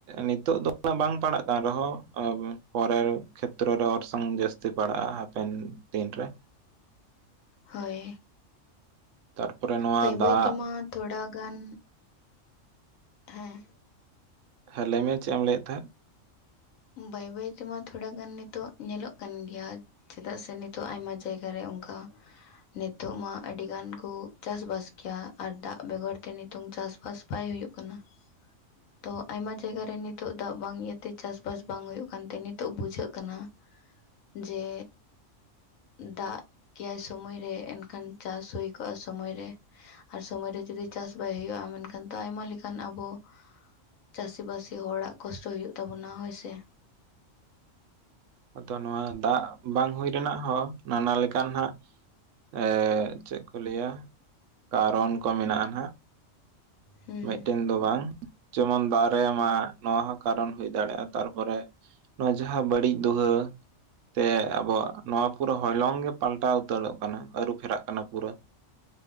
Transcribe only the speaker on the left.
ᱦᱳᱭ
ᱵᱟᱹᱭᱻ ᱵᱟᱹᱭ
ᱛᱮᱢᱟ ᱛᱷᱚᱲᱟ ᱜᱟᱱ ᱦᱮᱸᱻ᱾
ᱵᱟᱹᱭ ᱵᱟᱹᱭ ᱛᱮᱢᱟ ᱛᱷᱚᱲᱟ ᱜᱟᱱ ᱱᱤᱛᱚᱜ ᱧᱮᱞᱚᱜ ᱠᱟᱱ ᱜᱮᱭᱟ᱾ ᱪᱮᱫᱟᱜ ᱥᱮ ᱱᱤᱛᱚᱜ ᱟᱭᱢᱟ ᱡᱟᱭᱜᱟ ᱨᱮ ᱚᱝᱠᱟ ᱱᱤᱛᱚᱜ ᱢᱟ ᱟᱹᱰᱤ ᱜᱟᱱ ᱠᱚ ᱪᱟᱥᱵᱟᱥ ᱠᱮᱭᱟ᱾ ᱟᱨ ᱫᱟᱜ ᱵᱮᱜᱚᱨ ᱛᱮ ᱱᱤᱛᱳᱝ ᱪᱟᱥᱵᱟᱥ ᱵᱟᱭ ᱦᱩᱭᱩᱜ ᱠᱟᱱᱟ᱾
ᱛᱚ ᱟᱭᱢᱟ ᱡᱟᱭᱜᱟ ᱨᱮ ᱱᱤᱛᱚᱜ ᱫᱟᱜ ᱵᱟᱝ ᱤᱭᱟᱹᱛᱮ ᱪᱟᱥ ᱵᱟᱥ ᱵᱟᱝ ᱦᱩᱭᱩᱜ ᱠᱟᱱᱛᱮ ᱱᱤᱛᱚᱜ ᱵᱩᱡᱷᱟᱹᱜ ᱠᱟᱱᱟ, ᱡᱮ ᱫᱟᱜ ᱠᱮᱭᱟᱭ ᱥᱚᱢᱚᱭ ᱨᱮ ᱮᱱᱠᱷᱟᱱ ᱪᱟᱥ ᱦᱩᱭ ᱠᱚᱜᱼᱟ, ᱥᱚᱢᱚᱭ ᱨᱮ᱾ ᱟᱨ ᱥᱚᱢᱚᱭ ᱨᱮ ᱡᱩᱫᱤ ᱪᱟᱥ ᱵᱟᱭ ᱦᱩᱭᱩᱜᱼᱟ᱾ ᱢᱮᱱᱠᱷᱟᱱ ᱫᱚ ᱟᱭᱢᱟ ᱞᱮᱠᱟᱱ ᱟᱵᱚ ᱪᱟᱹᱥᱤ ᱵᱟᱹᱥᱤ ᱦᱚᱲᱟᱜ ᱠᱚᱥᱴᱚ ᱦᱩᱭᱩᱜ ᱛᱟᱵᱚᱱᱟ ᱦᱳᱭ ᱥᱮ?
ᱦᱩᱸ